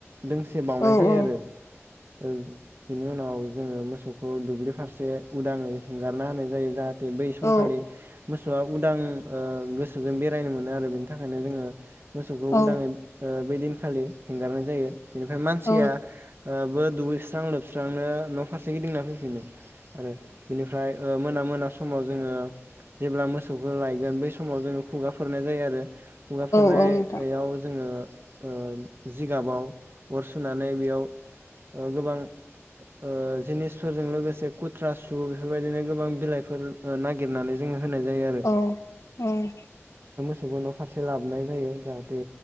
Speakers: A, on the right; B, on the left.
A: दोंसे बावनाय
B: औ
A: जायो
B: औ
A: आरो बिनि उनाव जोंङो मोसौखौ दुब्लि फारसे उदाङै हेंगारना होनाय जायो जाहाथे बै समखालि
B: औ
A: मोसौआ उदां ओ गोसोजों बेरायनो मोनो आरो बेनि थाखायनो जोङो मोसौखौ
B: औ
A: उदाङै ओ बैदिन खालि हेंगारनाय जायो बेनिफ्राय मानसिया
B: औ नोंथां औ
A: बो दुगैस्रां लोबस्रांनो न' फारसे गिदिंना फैफिनो। आरो बिनिफ्राय ओ मोना मोना समाव जोङो जेब्ला मोसौखौ लायगोन बै समाव जोङो खुगाफोरनाय जायो आरो खुगाफोरनायाव
B: औ नोंथां
A: जोङो ओ जिगाबाव अर सुनानै बेयाव ओ गोबां ओ जिनिसफोरजों लोगोसे खुथ्रा सु बेफोरबायदिनो गोबां बिलाइफोर ओ नागिरनानै जोङो होनाय जायो आरो
B: औ औ।
A: बेखौ न' फारसे लाबनाय जायो जाहाथे